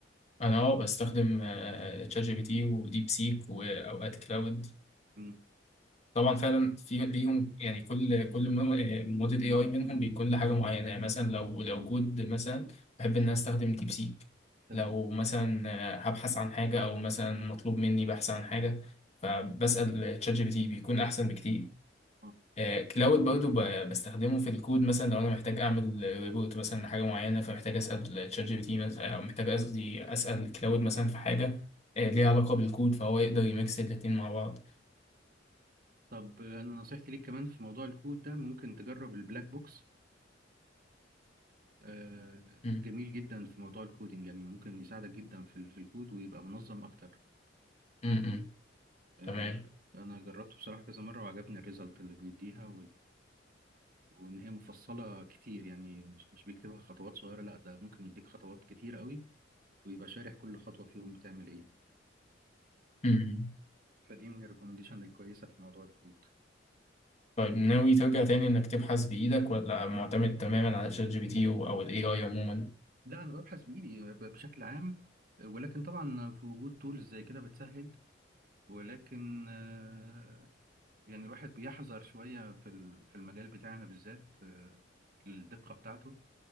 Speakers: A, on the left; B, on the right.
A: انا اه بستخدم آه، شات جي بي تي وديب سيك واوقات كلاود
B: مم.
A: طبعا فعلا في ليهم يعني كل كل م- موديل اي اي منهم بيكون لحاجه معينه يعني مثلا لو لو كود مثلا بحب ان انا استخدم ديب سيك
B: تمام
A: لو مثلا آه، هبحث عن حاجه او مثلا مطلوب مني بحث عن حاجه فبسال تشات جي بي تي بيكون احسن بكتير
B: آه.
A: آه، كلاود برضه ب- بستخدمه في الكود مثلا لو انا محتاج اعمل ريبورت مثلا لحاجه معينه فمحتاج اسال تشات جي بي تي مثلا او محتاج قصدي اسال كلاود مثلا في حاجه آه، ليها علاقه بالكود فهو يقدر يميكس الاتنين مع بعض
B: طب انا نصيحتي ليك كمان في موضوع الكود ده ممكن تجرب البلاك بوكس آه،
A: م-
B: جميل جدا في موضوع الكودينج يعني ممكن يساعدك جدا في ال- في الكود ويبقى منظم اكتر
A: م- م.
B: آه،
A: تمام
B: انا جربته بصراحة كذا مرة وعجبني الريزلت اللي بيديها وان هي مفصله كتير يعني مش مش بيكتبها خطوات صغيره لا ده ممكن يديك خطوات كتير قوي ويبقى شارح كل خطوه فيهم بتعمل ايه
A: امم
B: فدي من الريكومنديشن الكويسه في موضوع الكود
A: طيب ناوي ترجع تاني انك تبحث بايدك ولا معتمد تماما على شات جي بي تي و- او الاي اي عموما
B: لا انا ببحث بايدي ب- بشكل عام ولكن طبعا في وجود تولز زي كده بتسهل ولكن آه، يعني الواحد بيحذر شويه في ال- في المجال بتاعنا بالذات آه، الدقه بتاعته